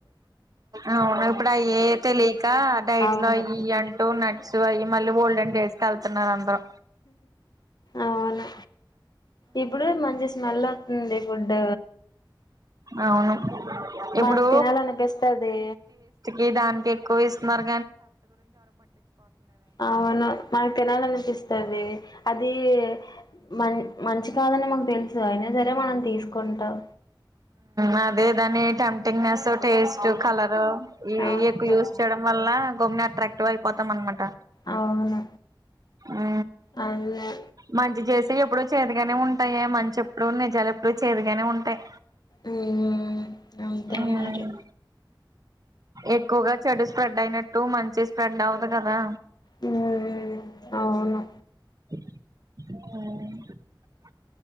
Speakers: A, on the right; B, on the left.
A: అవును ఇప్పుడు అయే తెలియక డైట్
B: అవును
A: లో అయి ఇయ్యి అంటూ నట్స్ ఐ మళ్ళీ ఓల్డెన్ డేస్కి కెళ్తున్నారు అందరూ
B: అవును ఇప్పుడు మంచి స్మెల్ వస్తుంది ఫుడ్,
A: అవును ఇప్పుడు
B: మనకు తినాలనిపిస్తుంది.
A: ఈ దాన్కే కు ఇస్మార్
B: అవును మాకు తినాలనిపిస్ తడి అది మన్ మంచి కాదని మాకు తెలుసు అయినా సరే మనం తీసుకుంటాం.
A: ఆ అదే దాని టెంటింగ్ నెస్ టేస్ట్ కలరు ఏవి
B: అవును
A: ఎక్కువ యూజ్ చేయడం వల్ల గమ్మ అట్రాక్టివ్ అయిపోతం అనమాట.
B: అవును
A: ఆ
B: అదే
A: మంచి చేస్ తీ ఎప్పుడు చేదుగానే ఉంటాయి. మంచి ఎప్పుడుూ నిజాలు ఎప్పుడూ చేదుగానే ఉంటాయి.
B: ఉమ్ అంతే
A: మ్మ్
B: మరి
A: ఎక్కువగా చెడు స్ప్రెడ్ అయినట్టు, మంచి స్ప్రెడ్ అవదు కదా.
B: హమ్ అవును
A: హమ్